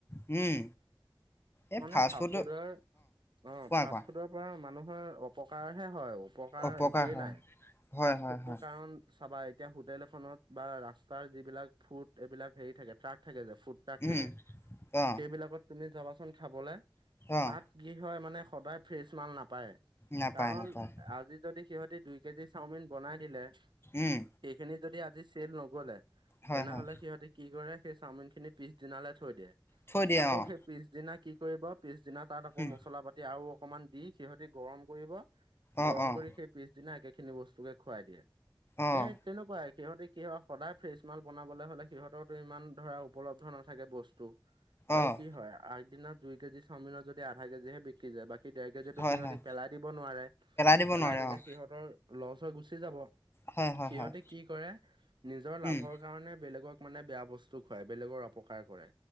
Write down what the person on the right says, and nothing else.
মানে
ফাষ্টফুডৰ
অ,
ফাষ্ট
ফুডৰ পৰা মানুহৰ অপকাৰহে হয় আৰু উপকাৰ
একোৱেই
নাই
ফাষ্ট
ফুডটো
কাৰণ চাবা এতিয়া হোটেল এখনত বা ৰাস্তাৰ যিবিলাক ফুড এইবিলাক হেৰি থাকে ট্ৰাক থাকে যে ফুড
থাকে
সেইবিলাকত তুমি যাবাচোন খাবলে
তাত কি হয় মানে সদায় ফ্ৰেচ মাল নাপায়
কাৰণ
আজি যদি সিহঁতি দুই কেজি চাওমিন বনাই দিলে।
সেইখিনি যদি আজি চেল নগলে
তেনেহলে
সিহঁতি কি কৰে সেই চাওমিন খিনি পিছ দিনালৈ থৈ দিয়ে
আকৌ
সেই, পিছদিনা কি কৰিব পিছদিনা তাত আকৌ
মছলা পাতি তেয়াও অকমান দি সিহঁতি গৰম কৰিব
গৰম
কৰি সেই পিছদিনা একে খিনি বস্তুকে খুৱাই দিয়ে
স তেনেকুৱাই সিহতি কি হয়। সদায় ফ্ৰেচ মাল বনাবলৈ হ'লে সিহঁতৰতো ইমান ধৰা উপলব্ধ নাথাকে বস্তু। ত আৰু
কি হয় আগদিনা দুই কেজি চামজ যদি। আধা কেজিহে বিকি যায় বাকী ডেৰ কেজিতো
সিহঁতি
পেলাই দিব নোৱাৰে
পেলাই
দিলে
সিহঁতৰ লৰচৰ গুচি যাব
সিহঁতে
কি কৰে নিজৰ লাভৰ
কাৰণে বেলেগক মানে বেয়া বস্তু খুৱাই বেলেগৰ অপকাৰ কৰে